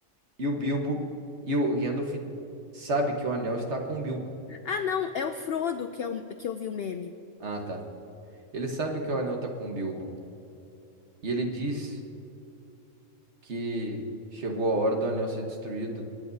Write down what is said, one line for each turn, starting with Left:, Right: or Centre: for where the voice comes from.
Right: e o Bilbo e o Gandalf sabe que o anel está com o Bilbo.
Left: Ah, não, é o Frodo que, é o, que eu vi o meme.
Right: Ah, tá. Ele sabe que o anel tá com o Bilbo. E ele diz que chegou a hora do anel ser destruído,